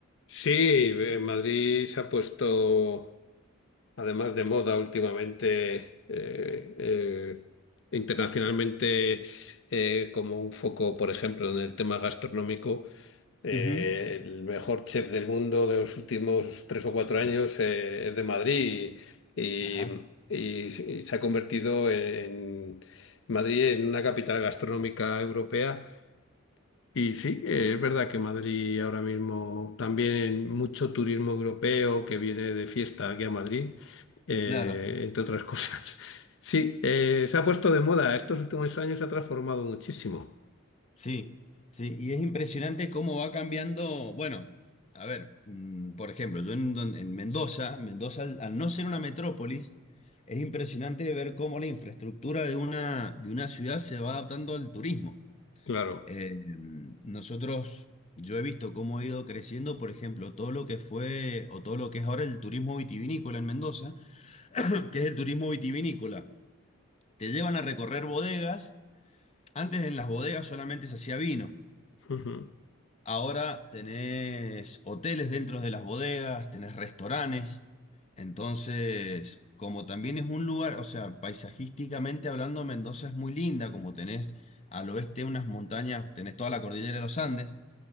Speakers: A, on the left (about 60°); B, on the left (about 30°).
A: Sí, eh, Madrid se ha puesto, además de moda últimamente, eh, eh, internacionalmente, eh, como un foco, por ejemplo, en el tema gastronómico. Eh,
B: Ujú.
A: el mejor chef del mundo de los últimos tres o cuatro años eh, es de Madrid y,
B: Ajá,
A: y- y se y se ha convertido en Madrid en una capital gastronómica europea. Y sí, eh, es verdad que Madrid ahora mismo también mucho turismo europeo que viene de fiesta aquí a Madrid, eh,
B: claro,
A: entre otras cosas. <laughs> Sí, eh, se ha puesto de moda. Estos últimos años se ha transformado muchísimo.
B: sí, sí, y es impresionante cómo va cambiando, bueno, a ver, mm, por ejemplo, yo en, don- en Mendoza, Mendoza al, al no ser una metrópolis, es impresionante ver cómo la infraestructura de una, de una ciudad se va adaptando al turismo.
A: Claro.
B: Eh, nosotros, yo he visto cómo ha ido creciendo, por ejemplo, todo lo que fue o todo lo que es ahora el turismo vitivinícola en Mendoza, <clears throat> que es el turismo vitivinícola. Te llevan a recorrer bodegas. Antes en las bodegas solamente se hacía vino.
A: Ujú,
B: Ahora tenés hoteles dentro de las bodegas, tenés restaurantes. Entonces, como también es un lugar, o sea, paisajísticamente hablando, Mendoza es muy linda, como tenés al oeste unas montañas, tenés toda la cordillera de los Andes.